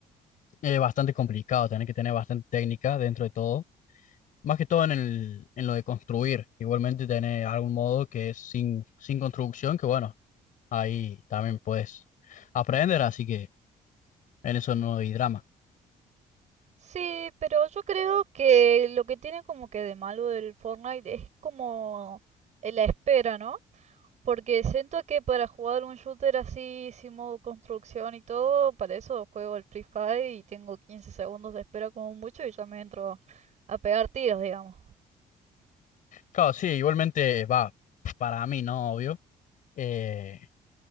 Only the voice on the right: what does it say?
Sí, pero yo creo que lo que tiene como que de malo del Fortnite es como la espera, ¿no? Porque siento que para jugar un shooter así, sin modo construcción y todo, para eso juego el Free Fire y tengo 15 segundos de espera como mucho y ya me entro a pegar tiros, digamos.